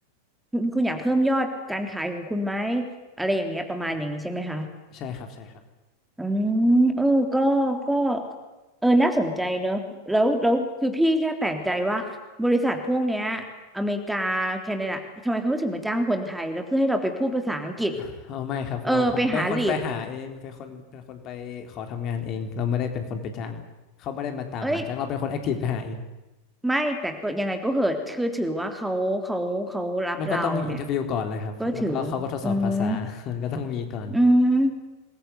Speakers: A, in the centre; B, on the left.
A: คุณคุณอยากเพิ่มยอดการขายของคุณไหมอะไรอย่างเงี้ยประมาณอย่างนี้ใช่ไหมคะ
B: ใช่ครับใช่ครับ
A: อืมเออก็ก็เออน่าสนใจเนอะแล้วแล้วคือพี่แค่แปลกใจว่าบริษัทพวกเนี้ยอเมริกาแคนาดาทำไมเขาถึงมาจ้างคนไทยแล้วเพื่อให้เราไปพูดภาษาอังกฤษ
B: <laughs> เอาไม่ครับเราผมเป็นคนไปหาเองเป็นคนเป็นคนไปขอทำงานเองเราไม่ได้เป็นคนไปจ้างเขาไม่ได้มาตามหาจ้างเราเป็นคนแอคทีฟไปหาเอง
A: เออไปหาลีดเอ้ยไม่แต่ก็ยังไงก็เหอะคือถือว่าเขาเขาเขารับเราเนี่ย
B: มันก็ต้องอินเทอร์วิวก่อนเลยครับแล้วก็เขาก็ทดสอบภาษา
A: ก็ถืออืม
B: <laughs> มันก็ต้องมีก่อน
A: อืม